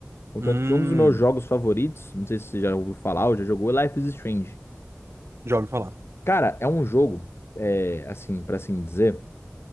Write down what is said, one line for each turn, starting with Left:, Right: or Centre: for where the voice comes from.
Left: Contanto
Right: Hum.
Left: que um dos meus jogos favoritos, não sei se você já ouviu falar ou já jogou, é Life is Strange.
Right: Já ouvi falar.
Left: Cara, é um jogo, é, assim, pra assim dizer.